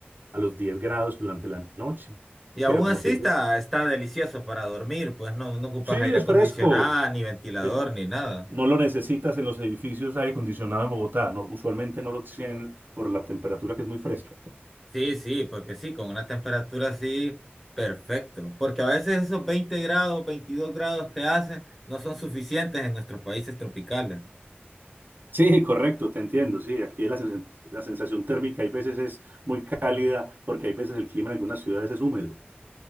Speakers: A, on the right (about 55°); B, in the centre.
A: a los 10 grados durante la noche.
B: Y aún
A: Pero como
B: así
A: te
B: está,
A: digo,
B: está delicioso para dormir, pues no, no ocupas
A: Sí,
B: aire
A: es
B: acondicionado,
A: fresco.
B: ni ventilador,
A: Es-
B: ni nada.
A: no lo necesitas en los edificios de aire acondicionado en Bogotá. No, usualmente no lo tienen por la temperatura que es muy fresca.
B: Sí, sí, porque sí, con una temperatura así, perfecto. Porque a veces esos 20 grados, 22 grados que hacen no son suficientes en nuestros países tropicales.
A: Sí, correcto, te entiendo. Sí, aquí la, sens- la sensación térmica hay veces es muy cálida porque hay veces el clima en algunas ciudades es húmedo.